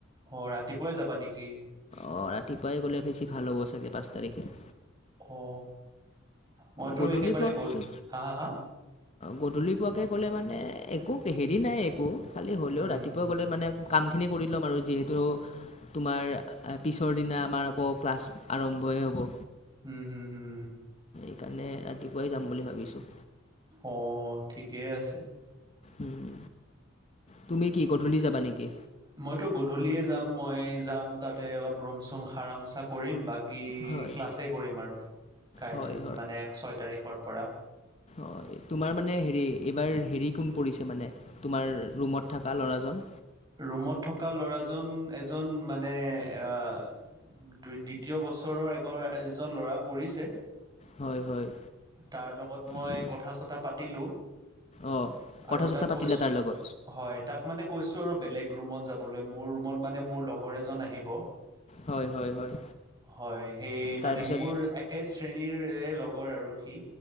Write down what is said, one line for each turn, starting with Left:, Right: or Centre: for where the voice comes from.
Right: অ ৰাতিপুৱাই যাবা নিকি
Left: অ ৰাতিপুৱাই গ'লে বেছি ভাল হ'ব চাগে পাঁচ তাৰিখে
Right: অ' মইতো
Left: গধূলি
Right: একেবাৰে
Left: পোৱাকে
Right: গধূ হা-হা-হা
Left: গধূলি পোৱাকৈ ক'লে মানে একো হেৰি নাই একো খালি হ'লেও
Right: উম,
Left: ৰাতিপুৱা গ'লে মানে কাম খিনি কৰি ল'ম আৰু যিহেতু তোমাৰ পিছৰ দিনা আমাৰ আকৌ ক্লাছ আৰম্ভই হ'ব।
Right: উম হুম-হুম।
Left: সেইকাৰণে ৰাতিপুৱাই যাম বুলি ভাবিছোঁ।
Right: অ' ঠিকেই আছে।
Left: উম, তুমি কি গধূলি যাবা নেকি?
Right: মইতো গধূলিয়ে যাম মই যাম তাতে অলপ ৰুম চুম সাৰা মোচা কৰিম বাকী বাকী
Left: হয়
Right: ক্লাছে কৰিম আৰু কাইলৈ
Left: হয়
Right: মানে ছয় তাৰিখৰ পৰা।
Left: অ' তোমাৰ মানে হেৰি এইবাৰ হেৰি কোন পৰিছে মানে তোমাৰ ৰুমত থকা ল'ৰাজন।
Right: ৰুমত থকা ল'ৰাজন এজন মানে অ' দুই দ্বিতীয় বছৰৰ এগন এজন ল'ৰা পৰিছে
Left: হয় হয়
Right: তাৰ লগত মই
Left: সি
Right: কথা চতা পাতিলোঁ
Left: অঁ
Right: আৰু
Left: কথা চথা
Right: তাক
Left: পাতিলা
Right: কৈছোঁ,
Left: তাৰ লগত
Right: হয় তাক মানে কৈছোঁ আৰু বেলেগ ৰুমত যাবলৈ মোৰ ৰুমত মানে মোৰ লগৰ এজন আহিব।
Left: হয় হয় হয়
Right: হয় সেই
Left: তাৰপিছত
Right: মানে মোৰ একে শ্ৰেণীৰে লগৰ আৰু সি